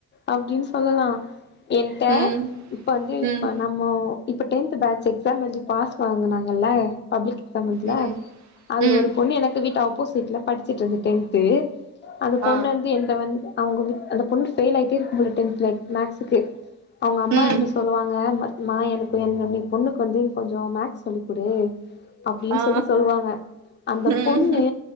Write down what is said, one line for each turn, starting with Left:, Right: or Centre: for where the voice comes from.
Left: அப்படின்னு சொல்லலா என்ட்ட
Right: ம்
Left: இப்ப வந்து இப்ப
Right: ம்
Left: நம்மொ இப்ப டென்த் பேட்சு எக்ஸாம் எழுதி பாஸ் வாங்குனாங்கல்ல பப்ளிக் கம்பொட்ல
Right: ம்
Left: அதுல
Right: ம்
Left: ஒரு பொண்ணு எனக்கு வீட்டு அப்போசிட்ல படிச்சுட்டு இருந்து டென்து அந்த பொண்ணு
Right: ஆ
Left: வந்து என்ட வந்து அவுங்க அந்த பொண்ணு ஃபெயில் ஆகிட்டே இருக்கு போல டென்த்க்கு மேக்சுக்கு அவுங்க அம்மா
Right: ம்
Left: என்ட சொல்லுவாங்க பத்மா எனக்கு என் பொண்ணுக்கு வந்து கொஞ்சோ மேக்ஸ் சொல்லிகுடு அப்டின்னு
Right: ஆ
Left: சொல்லி சொல்லுவாங்க அந்த
Right: ம்
Left: பொண்ணு